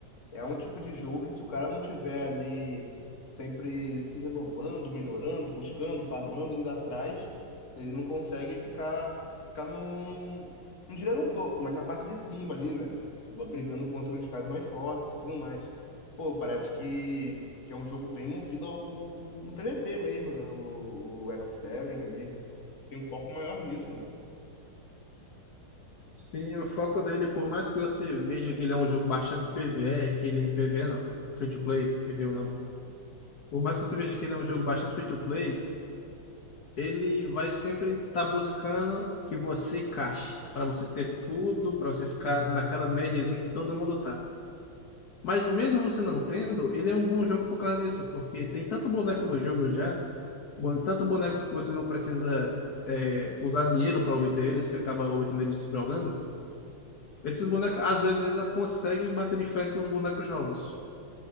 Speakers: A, on the left; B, on the left.
A: é um tipo de jogo que se o cara não tiver ali sempre se renovando, melhorando, buscando, farmando, indo atrás, ele não consegue ficar, ficar no, no, não diria no topo, mas na parte de cima ali, né? B- Brigando contra os caras mais fortes e tudo mais. Pô, parece que, que é um jogo bem movido ao, ao- no PVP mesmo, né? O, o Epic Seven, ele tem um foco maior nisso, né?
B: Sim, o foco dele, por mais que você veja que ele é um jogo bastante PvE, que ele PvE não, free to play, errei o nome. Por mais que você veja que ele é um jogo bastante free to play, ele vai sempre estar buscando que você cache, para você ter tudo, para você ficar naquela médiazinha que todo mundo tá. Mas mesmo você não tendo, ele é um bom jogo por causa disso, porque tem tanto boneco no jogo já, bon- tanto bonecos que você não precisa é, usar dinheiro para obter eles, você acaba obtendo eles jogando. Esses bonecos, às vezes, eles conseguem bater de frente com os bonecos novos.